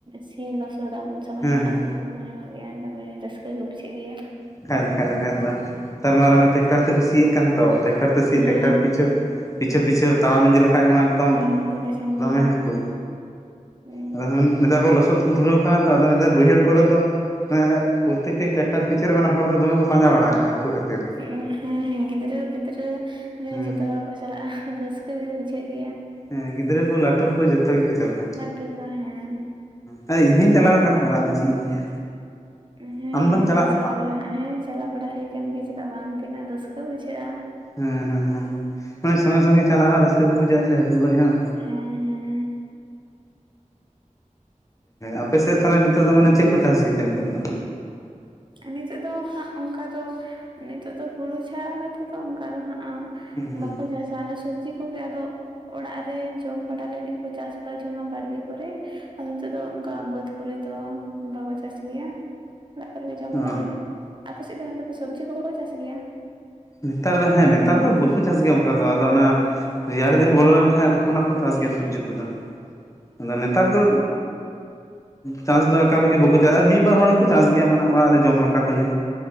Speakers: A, on the right; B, on the left.
A: ᱥᱤ ᱞᱚᱥᱚᱫᱟᱢ ᱩᱱ ᱥᱚᱢᱚᱭ
B: ᱦᱮᱸ
A: ᱦᱚᱸ ᱦᱟᱹᱠᱩ
B: ᱦᱮᱸ
A: ᱠᱚ, ᱠᱚ ᱧᱟᱢᱚᱜ ᱜᱮᱭᱟ ᱫᱚᱢᱮ ᱨᱟᱹᱥᱠᱟᱹ ᱜᱮ ᱵᱩᱡᱷᱟᱹᱣ ᱜᱮᱭᱟ᱾
B: ᱵᱟᱠᱟᱱᱡ ᱫᱚ ᱠᱷᱟᱱᱡ ᱫᱚ ᱠᱷᱟᱱᱡ ᱫᱚ ᱱᱮᱛᱟᱨ ᱢᱟᱟᱨ ᱴᱮᱠᱟᱨ ᱛᱮᱠᱚ ᱥᱤᱭᱮᱫ ᱠᱟᱱ ᱛᱚ ᱴᱮᱠᱴᱟᱨ ᱛᱮᱤᱭ ᱴᱮᱠᱴᱟᱨ
A: ᱦᱮᱸ
B: ᱯᱤᱪᱷᱩ ᱯᱤᱪᱷᱟᱹ ᱯᱤᱪᱷᱟᱹ ᱛᱟᱲᱟᱢ ᱤᱫᱤ ᱞᱮᱠᱷᱟᱡ ᱢᱟ ᱫᱚᱢ..
A: ᱛᱟᱦᱮᱸ ᱤᱫᱤ ᱞᱮᱠᱷᱟᱱ
B: ᱫᱚᱢᱮ
A: ᱜᱮ ᱦᱟᱸ
B: ᱦᱟᱹᱠᱩ
A: ᱦᱮᱸ
B: ᱟᱫᱚ ᱱᱮᱛᱟᱨ ᱠᱚ ᱞᱚᱥᱚᱫ ᱫᱷᱩᱨᱟᱹᱣ ᱟᱠᱟᱱᱟ ᱛᱚ ᱟᱫᱚ ᱱᱮᱛᱟᱨ ᱵᱟᱹᱭᱦᱟᱹᱲ ᱠᱚᱨᱮ ᱫᱚ ᱯᱨᱚᱛᱛᱮᱠᱴᱤ ᱴᱨᱟᱠᱴᱟᱨ ᱯᱤᱷ ᱟᱫᱚ ᱠᱚ ᱢᱮᱱᱟ ᱦᱚᱲ ᱫᱚ ᱫᱚᱢᱮ ᱠᱩ ᱯᱟᱸᱡᱟ ᱵᱟᱲᱟ ᱠᱟᱜᱼᱟ ᱦᱟᱹᱠᱩ ᱠᱷᱟᱹᱛᱤᱨ
A: ᱮᱸ ᱦᱮᱸ ᱦᱮᱸ ᱜᱤᱫᱽᱨᱟᱹ ᱯᱤᱫᱽᱨᱟᱹ ᱚᱱᱮ
B: ᱦᱩᱸ
A: ᱡᱚᱛᱚ ᱦᱚᱲ ᱠᱚ ᱪᱟᱞᱟᱜᱼᱟ ᱨᱟᱹᱥᱠᱟᱹ ᱜᱮ ᱵᱩᱡᱷᱟᱹᱜ ᱜᱮᱭᱟ᱾
B: ᱦᱮᱸ ᱜᱤᱫᱽᱨᱟᱹ ᱠᱚ ᱞᱟᱹᱴᱩ ᱠᱚ ᱡᱚᱛᱚ ᱜᱮᱠᱚ ᱪᱟᱞᱟᱜᱼᱟ᱾
A: ᱞᱟᱹᱴᱩᱠᱚ ᱦᱮᱸ
B: ᱦᱚᱭ ᱤᱧ ᱦᱚᱧ ᱪᱟᱞᱟᱣ ᱟᱠᱟᱱᱟ ᱦᱚᱲᱟᱜ ᱫᱚ ᱪᱮᱫ ᱤᱧ ᱞᱟᱹᱭᱟ᱾
A: ᱦᱮᱸ
B: ᱟᱢᱫᱚᱢ
A: ᱦᱮᱸ
B: ᱪᱟᱞᱟᱜ
A: ᱱᱠᱟ ᱪᱟᱞᱟᱣ ᱵᱟᱲᱟ ᱦᱮᱸ ᱪᱟᱞᱟᱣ ᱵᱟᱲᱟ ᱦᱩᱭ ᱟᱠᱟᱱ ᱜᱮᱭᱟ ᱪᱮᱫᱟᱜ ᱵᱟᱝ ᱛᱤᱱᱟᱹᱜ ᱨᱟᱹᱥᱠᱟᱹ ᱵᱩᱡᱷᱟᱹᱜᱼᱟ᱾
B: ᱦᱮᱸ ᱦᱮᱸ ᱦᱮᱸ ᱢᱟᱱᱮ ᱥᱚᱸᱜᱮ ᱥᱚᱸᱜᱮ ᱪᱟᱞᱟᱜ ᱦᱚᱸ ᱨᱟᱹᱥᱠᱟᱹ ᱜᱮ ᱵᱩᱡᱷᱟᱹᱼᱟ ᱥᱮ ᱦᱟᱹᱠᱩ ᱜᱚᱡ ᱦᱚᱸ᱾
A: ᱦᱮᱸ ᱦᱮᱸ
B: ᱟᱯᱮ ᱥᱮᱫ ᱛᱟᱦᱚᱞᱮ ᱱᱤᱛᱚᱜ ᱫᱚ ᱢᱟᱱᱮ ᱪᱮᱫ ᱠᱚ ᱪᱟᱥ ᱜᱮᱛᱮ ᱱᱤᱛᱚᱜ ᱫᱚ?
A: ᱱᱤᱛᱳᱜ ᱫᱚ ᱦᱟᱸᱜ ᱚᱱᱠᱟ ᱫᱚ ᱱᱤᱛᱳ ᱫᱚ ᱦᱩᱲᱩ ᱪᱷᱟᱲᱟ ᱠᱟᱛᱮᱜ ᱫᱚ ᱚᱱᱠᱟ ᱫᱚ ᱦᱟᱸᱜ
B: ᱦᱩᱸ ᱦᱩᱸ
A: ᱵᱟᱠᱚ ᱪᱟᱥ-ᱟ ᱥᱩᱫ ᱥᱚᱵᱤ ᱠᱚᱜᱮ ᱟᱫᱚ ᱚᱲᱟᱜ ᱨᱮ ᱡᱚᱢ ᱵᱟᱲᱟ ᱞᱟᱹᱜᱤᱫ ᱠᱚ ᱪᱟᱥ ᱵᱟ ᱡᱚᱝᱟ ᱰᱟᱲᱜᱮ ᱠᱚᱨᱮ᱾ ᱟᱫᱚ ᱱᱤᱛᱚᱜ ᱫᱚ ᱚᱱᱠᱟ ᱵᱟᱹᱫᱽ ᱠᱚᱨᱮ ᱫᱚ ᱚᱱᱠᱟ ᱠᱚ ᱪᱟᱹᱟᱥ ᱜᱮᱭᱟ᱾ ᱛᱯᱚᱨᱮ ᱡᱚᱢ ᱵᱟᱲᱟ
B: ᱚ
A: ᱞᱟᱹᱜᱤᱫ ᱟᱯᱮ ᱥᱮᱫ ᱫᱚ ᱱᱮᱛᱟᱨ ᱫᱚ ᱥᱚᱵᱽᱡᱤ ᱠᱚ ᱵᱟᱠᱚ ᱪᱟᱥ ᱜᱮᱭᱟ?
B: ᱱᱮᱛᱟᱨ ᱫᱚ ᱦᱮᱸ ᱱᱮᱛᱟᱨ ᱫᱚ ᱵᱟᱠᱚ ᱪᱟᱥ ᱜᱮᱭᱟ ᱚᱱᱠᱟ ᱫᱚ ᱟᱫᱚ ᱚᱱᱟ ᱨᱮᱭᱟᱲ ᱫᱤᱱ ᱵᱚᱞᱚ ᱞᱮᱱᱠᱷᱟᱱ ᱛᱚᱠᱷᱚᱱᱟᱜ ᱠᱚ ᱪᱟᱥ ᱜᱮᱭᱟ ᱥᱚᱵᱡᱤ ᱠᱚᱫᱚ ᱟᱫᱚ ᱱᱮᱛᱟᱨ ᱫᱚ ᱪᱟᱥ ᱫᱚ ᱮᱠᱟᱞᱜᱮ ᱵᱟᱠᱚ ᱪᱟᱥᱟ ᱢᱤᱫᱵᱟᱨ ᱦᱚᱲ ᱜᱮᱠᱚ ᱪᱟᱥ ᱜᱮᱭᱟ ᱢᱟᱱᱮ ᱚᱲᱟᱜ ᱨᱮ ᱡᱚᱢ ᱞᱮᱠᱟ ᱠᱷᱟᱹᱞᱤ᱾